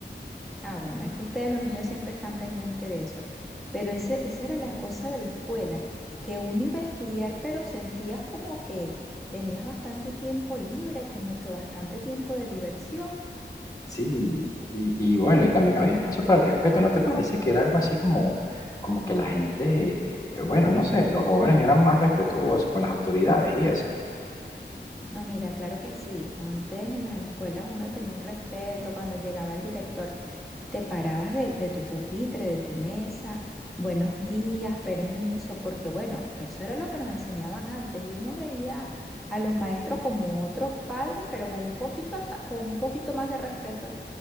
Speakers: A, in the centre; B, on the left (about 20°).
A: Ah, bueno, es que ustedes los niños siempre están pendientes de eso. Pero ese, esa era la cosa de la escuela, que uno iba a estudiar, pero sentías como que tenías bastante tiempo libre, como que bastante tiempo de diversión.
B: Sí, y, y bueno, y también había espacio para el respeto, ¿no te parece que era algo así como, como que la gente, eh, bueno, no sé, los jóvenes eran más respetuosos con las autoridades y eso?
A: No, mira, claro que sí. Antes en las escuelas uno tenía un respeto. Cuando llegaba el director, te parabas de, de tu pupitre, de tu mesa, buenos días, permiso, porque bueno, eso era lo que nos enseñaban antes y uno veía a los maestros como otros padres, pero con un poquito hasta, con un poquito más de respeto.